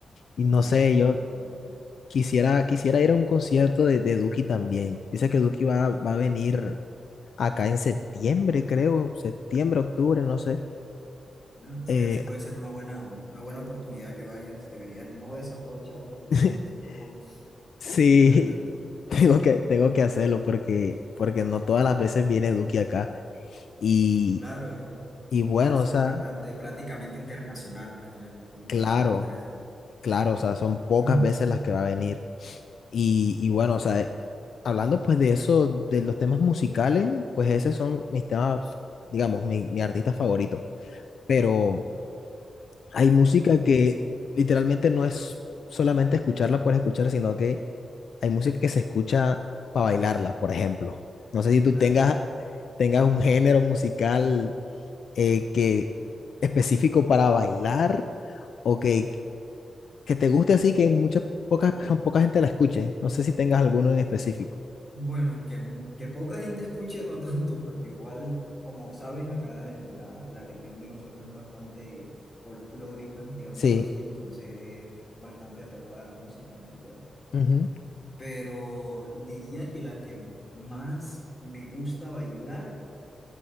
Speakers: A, on the left; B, on the left.
A: Y no
B: Y
A: sé,
B: hubiese estado
A: yo
B: al pendiente.
A: quisiera, quisiera ir a un concierto de, de Duki también. Dice que Duki va, va a venir acá en septiembre, creo, septiembre, octubre, no sé.
B: Bueno, en realidad
A: Eh,
B: sí puede ser una buena, una buena oportunidad que vayas. Deberías no desaprovecharlo así como
A: <laughs>
B: lo hice yo con,
A: Sí,
B: con mi cantante.
A: <laughs> tengo que, tengo que hacerlo porque, porque no todas las veces viene Duque acá. Y,
B: Claro, y,
A: y bueno,
B: y al ser
A: o sea,
B: un cantante prácticamente internacional, imagínate cómo
A: claro,
B: te vas a perder esa
A: claro,
B: oportunidad.
A: o sea, son pocas
B: No.
A: veces las que va a venir. Y, y bueno, o sea, eh, hablando pues de eso, de los temas musicales, pues esos son mis temas, digamos, mi, mi artista favorito. Pero hay música que literalmente no es solamente escucharla por escuchar, sino que hay música que se escucha para bailarla, por ejemplo. No sé si tú
B: Claro.
A: tengas, tengas un género musical eh, que específico para bailar o que, que te guste así que mucha, poca, <laughs> poca gente la escuche. No sé si tengas alguno en específico.
B: Bueno, que, mu- que poca gente escuche, no tanto, porque igual, como sabes, acá en la, la región de nosotros es bastante folclórica, digámoslo
A: Sí,
B: así, entonces es bastante apegada a la música en realidad.
A: ujú,
B: pero diría que la que más me gusta bailar,